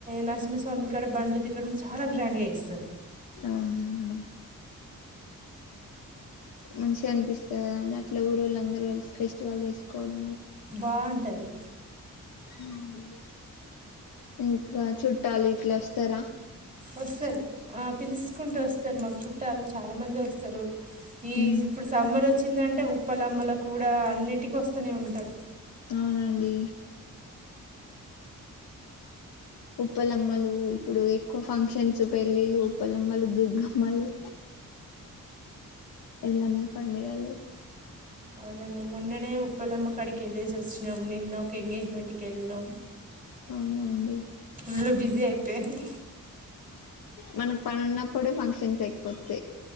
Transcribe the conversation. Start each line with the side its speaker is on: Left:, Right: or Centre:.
Right: నరసింహస్వామి ఇక్కడ బండ్లు తిరగడం చాలా గ్రాండ్గా చేస్తారు
Left: అవు హహ మంచిగా అనిపిస్తుంది అండి అట్లా ఊరిళ్ళు అందరుూ కలిసి ఫెస్టివల్ తీసుకోవడం
Right: బాన్ టది
Left: ఉమ్ ఇంకా చుట్టాలి ట్లాస్తారా
Right: వస్తారు ఆ పిలుస్త చుట్ట వస్తారు మా చుట్టాలు చాలా మంది వస్తారు ఈ
Left: ఉమ్
Right: ఇప్పుడు సమ్మర్ వ చిన్దంటే ఉప్పల అమ్మల కూడా అన్నిటికి వస్తూనే ఉంటారు
Left: అవునండి ఉప్పలమ్మలు ఇప్పుడు ఎ ఎక్కువ ఫంక్షన్స్ పెళ్ళిళ్ళ ఉపలమ్మలు దుర్గమ్మలు ఎల్లమ్మ పండగలు
Right: నండి మొన్ననే ఉప్పలమ్మ కాడికి వెళ్ళేసి వచ్చినాం నిన్న ఒక ఎంగేజ్మెంట్కి వెళ్ళాం
Left: అవునా అండి
Right: ఫుల్లు బిజీ అయిపోయింది
Left: మనకు పనున్న ఇప్పుడు పంక్షన్ గొప్పే